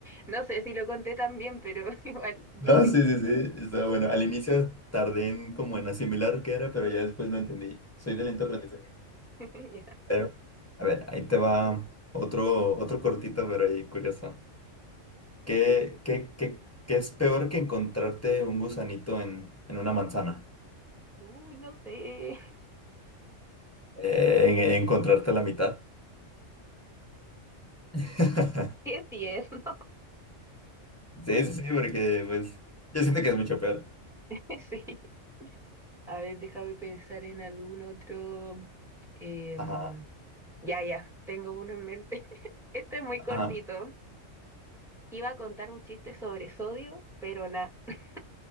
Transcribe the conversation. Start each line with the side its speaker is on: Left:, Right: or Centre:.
Centre: No sé si lo conté tan bien, pero <laughs> igual dio
Left: No,
Centre: risa.
Left: sí, sí, sí, está bueno. Al inicio tardé en como en asimilar qué era, pero ya después lo entendí. Soy de lento aprendizaje.
Centre: <laughs> Ya.
Left: Pero, a ver, ahí te va otro, otro cortito, pero ahí curioso. ¿Qué, qué, qué, qué es peor que encontrarte un gusanito en, en una manzana?
Centre: Uh, no sé.
Left: Eh, en, en encontrarte la mitad. <laughs>
Centre: Qué tierno.
Left: Sí, sí, sí, porque pues yo siento que es mucho peor.
Centre: <laughs> Sí. A ver, déjame pensar en algún otro. em,
Left: Ajá,
Centre: Ya, ya, tengo uno en mente. <laughs> Este es muy
Left: ajá.
Centre: cortito. Iba a contar un chiste sobre sodio, pero nada. <laughs>